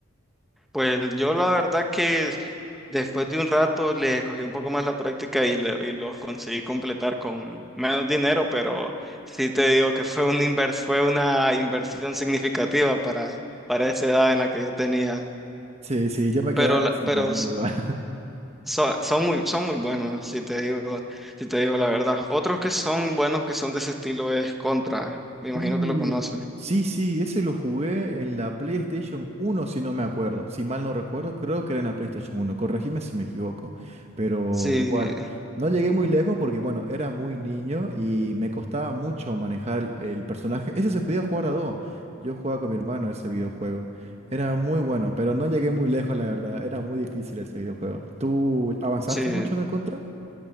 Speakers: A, in the centre; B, on the right.
A: pues yo la verdad que después de un rato le cogí un poco más la práctica y, le- y los conseguí completar con menos dinero, pero sí te digo que fue un invers- fue una inversión significativa para, para esa edad en la que yo tenía.
B: Sí, sí, yo me
A: Pero,
B: quedaba
A: la-
B: sin
A: pero
B: comer igual.
A: So- son muy, son muy buenos, si te digo, si te digo la verdad. Otros que son buenos, que son de ese estilo, es Contra. Me imagino
B: Uh,
A: que lo conoces.
B: sí, sí, ese lo jugué en la PlayStation uno, si no me acuerdo. Si mal no recuerdo, creo que era en la PlayStation uno. Corregime si me equivoco. Pero
A: Sí,
B: igual, no llegué muy lejos porque, bueno, era muy niño y me costaba mucho manejar el el personaje. Ese se podía jugar a dos. Yo jugaba con mi hermano ese videojuego. Era muy bueno, pero no llegué muy lejos, la verdad. Era muy difícil ese videojuego. ¿Tú avanzaste
A: sí,
B: mucho en el contra?